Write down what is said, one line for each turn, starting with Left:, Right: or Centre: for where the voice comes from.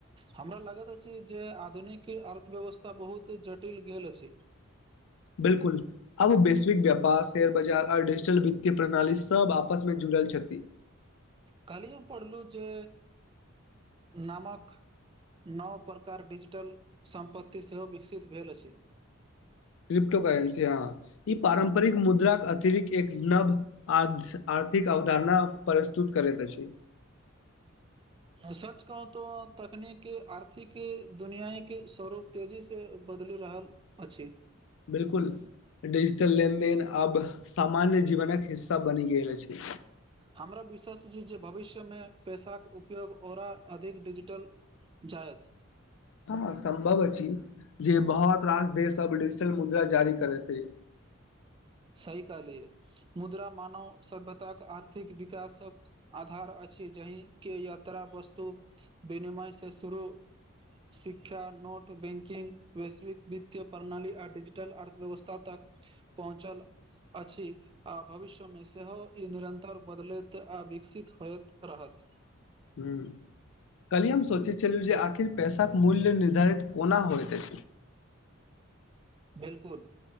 Right: हमरा लगत अछि जे आधुनिक अर्थव्यवस्था बहुत जटिल गेल अछि
Left: बिल्कुल आब वैश्विक व्यापार शेयर बाजार आर डिजिटल वित्तय प्रणाली सब आपस मे जुड़ल छथि
Right: काली हम पढ़लहुँ जे नामक नव प्रकार डिजिटल सम्पत्ति सेहो विकसित भेल अछि
Left: क्रिप्टो करेंसी हँ ई पारम्परिक मुद्राक के अतिरिक्त एक नव आ आर्थिक अवधारणा परस्तुत करैत अछि
Right: सच कहू तो तकनीक आर्थिक दुनियाई के स्वरूप तेजी से बदलि रहल अछि
Left: बिल्कुल डिजिटल लेनदेन आब सामान्य जीवनक हिस्सा बनि गेल अछि
Right: हमरा विश्वास छी जे भविष्यमे पैसाक उपयोग औरा अधिक डिजिटल जायत
Left: हँ सम्भव अछि जे बहुत रास देश सब डिजिटल मुद्रा जारी करे से
Right: सही कहलि मुद्रा मानव सभ्यताक आर्थिक विकासक आधार अछि जंहिके यात्रा बस्तु विनिमय से शुरू शिक्षा नोट बैंकिंग वैश्विक वित्तय प्रणाली आ डिजिटल अर्थव्यवस्था तक चल अछि आ भविष्यमे सेहो ई निरन्तर बदलैत आ विकसित होइत रहत
Left: ह्म कलि हम सोचे चलू जे आखिर पैसाक मूल्य निर्धारित कोना होइत अछि
Right: बिल्कुल